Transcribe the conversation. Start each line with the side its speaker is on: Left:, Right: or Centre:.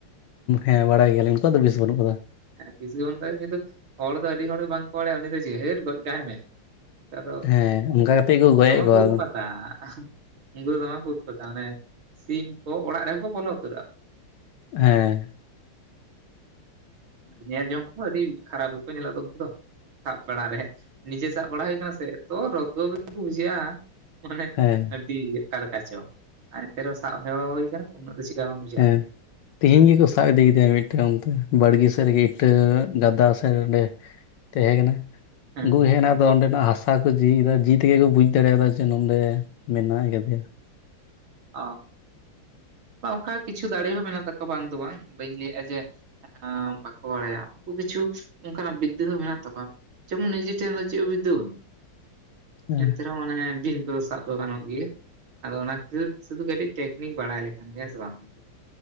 Left: ᱦᱮᱸ ᱵᱟᱲᱟᱭ ᱜᱮᱭᱟᱞᱤᱧ ᱩᱱᱠᱩᱣᱟᱜ ᱫᱚ ᱵᱤᱥ ᱵᱟᱹᱱᱩᱜ ᱟᱠᱟᱫᱟ᱾
Right: ᱦᱮᱸ ᱵᱤᱥ ᱜᱮ ᱵᱟᱹᱱᱩᱜ <unintelligible> ᱦᱚᱲ ᱫᱚ ᱟᱹᱰᱤ ᱦᱚᱲᱜᱮ ᱵᱟᱝᱠᱚ ᱵᱟᱲᱟᱭᱟ ᱩᱱᱤ ᱫᱚ ᱪᱮᱫ ᱦᱟᱹᱴ ᱜᱚᱡ ᱠᱟᱭ ᱢᱮ ᱾ <unintelligible> ᱫᱚ
Left: ᱦᱮᱸ ᱚᱱᱠᱟ ᱠᱟᱛᱮᱜ ᱜᱚᱡᱮᱫ
Right: ᱫᱚᱢᱮ
Left: ᱠᱚᱣᱟ
Right: ᱠᱚ ᱩᱛᱯᱟᱛᱟ
Left: ᱦᱮᱸ
Right: ᱾ ᱩᱱᱠᱩ ᱫᱚ ᱫᱚᱢᱮ ᱠᱚ ᱩᱛᱯᱟᱛᱟ, ᱢᱟᱱᱮ ᱥᱤᱢ ᱠᱚ ᱚᱲᱟᱜ ᱨᱮᱦᱚᱸ ᱠᱚ ᱵᱚᱞᱚ ᱩᱛᱟᱹᱨᱚᱜᱼᱟ ᱠᱚ ᱾
Left: ᱦᱮᱸ ᱾
Right: ᱧᱮᱞ ᱡᱚᱝ ᱠᱚᱦᱚᱸ ᱟᱹᱰᱤ ᱠᱷᱟᱨᱟᱯ ᱜᱮᱠᱚ ᱧᱮᱞᱚᱜ ᱫᱚ ᱩᱱᱠᱩ ᱫᱚ ᱾ ᱥᱟᱵ ᱵᱟᱲᱟ ᱨᱮ ᱱᱤᱡᱮ ᱥᱟᱵ ᱵᱟᱲᱟ ᱦᱩᱭ ᱠᱟᱱᱟ ᱥᱮ ᱮᱛᱚ ᱨᱚᱫᱽᱜᱚ ᱜᱮᱠᱚ ᱵᱩᱡᱷᱟᱹᱜᱼᱟᱼᱼ ᱢᱟᱱᱮ
Left: ᱦᱮᱸ
Right: ᱟᱹᱰᱤ ᱚᱠᱟ ᱞᱮᱠᱟ ᱪᱚ ᱟᱨ ᱮᱱᱛᱮᱦᱚᱸ ᱥᱟᱵ ᱦᱮᱣᱟ ᱦᱩᱭ ᱟᱠᱟᱱᱟ ᱛᱚ ᱩᱱᱟᱹᱜ ᱫᱚ ᱪᱮᱫᱠᱟ ᱵᱟᱝ ᱵᱩᱡᱷᱟᱹᱜᱼᱟ
Left: ᱦᱮᱸ
Right: ᱾
Left: ᱛᱤᱦᱤᱧ ᱜᱤᱠᱚ ᱥᱟᱵ ᱤᱫᱤ ᱠᱤᱫᱤᱭᱟ ᱢᱤᱫᱴᱟᱱ ᱚᱱᱛᱮ ᱵᱟᱲᱜᱮ ᱥᱮᱫ ᱨᱮᱜᱮ ᱤᱴᱟᱹ ᱜᱟᱫᱟ ᱥᱮᱫ ᱚᱸᱰᱮ ᱼᱼ ᱛᱟᱦᱮᱸ ᱠᱟᱱᱟ
Right: ᱦᱮᱸ
Left: ᱩᱱᱠᱩ
Right: ᱦᱮᱸ
Left: ᱦᱮᱡ ᱮᱱᱟ ᱚᱸᱰᱮᱱᱟᱜ ᱦᱟᱥᱟ ᱠᱩ ᱡᱤᱭᱮᱫᱟ ᱡᱤ ᱛᱮᱜᱮ ᱠᱚ ᱵᱩᱡ ᱫᱟᱲᱮᱭᱟᱫᱟᱼᱼ ᱡᱮ ᱱᱚᱰᱮ ᱢᱮᱱᱟᱭ ᱠᱟᱫᱮᱭᱟ ᱾
Right: ᱚ ᱾ ᱚᱱᱠᱟ ᱠᱤᱪᱷᱩ ᱫᱟᱲᱮ ᱦᱚᱸ ᱢᱮᱱᱟᱜ ᱛᱟᱠᱚᱣᱟ ᱵᱟᱝ ᱫᱚ ᱵᱟᱝ ᱵᱟᱹᱧ ᱞᱟᱹᱭᱮᱫᱼᱟ ᱡᱮ ᱼᱼ ᱮᱸᱻ ᱵᱟᱠᱚ ᱵᱟᱲᱟᱭᱟ ᱩᱱᱠᱩ ᱠᱤᱪᱷᱩ ᱚᱱᱠᱟᱱᱟᱜ ᱵᱤᱫᱽᱫᱟᱹ ᱦᱚᱸ ᱢᱮᱱᱟᱜ ᱛᱟᱠᱚᱣᱟ ᱾ ᱡᱮᱢᱚᱱ ᱱᱤᱡᱮ ᱴᱷᱮᱱ ᱫᱚ ᱪᱮᱫ ᱦᱚ ᱵᱤᱫᱽᱫᱟᱹ ᱵᱟᱹᱱᱩᱜ
Left: ᱦᱮᱸ
Right: ᱟ, ᱮᱱᱛᱮ ᱨᱮᱦᱚᱸ ᱢᱟᱱᱮ ᱵᱤᱧ ᱠᱚᱫᱚᱼᱼ ᱥᱟᱵ ᱫᱚ ᱜᱟᱱᱚᱜ ᱜᱮᱭᱟ ᱟᱫᱚ ᱚᱱᱟ ᱠᱷᱟᱹᱛᱤᱨ ᱥᱩᱫᱷᱩ ᱠᱟᱹᱴᱤᱡ ᱴᱮᱠᱱᱤᱠ ᱵᱟᱲᱟᱭ ᱞᱮᱠᱷᱟᱱᱼᱼ ᱦᱮᱸ ᱥᱮ ᱵᱟᱝ